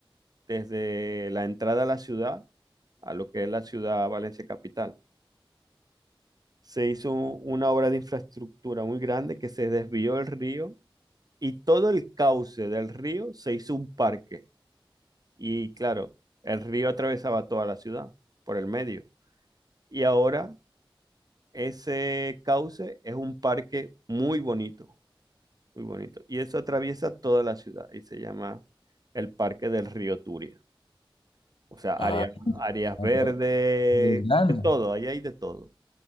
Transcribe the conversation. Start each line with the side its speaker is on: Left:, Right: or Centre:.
Right: desde la entrada a la ciudad, a lo que es la ciudad Valencia Capital. Se hizo una obra de infraestructura muy grande que se desvió el río y todo el cauce del río se hizo un parque. Y claro, el río atravesaba toda la ciudad por el medio. Y ahora ese cauce es un parque muy bonito, muy bonito. Y eso atraviesa toda la ciudad y se llama el Parque del Río Turia. O sea, áreas,
Left: Ah, <laughs> qué interesante,
Right: áreas verdes,
Left: otra, Irlanda,
Right: de todo, ahí hay de todo.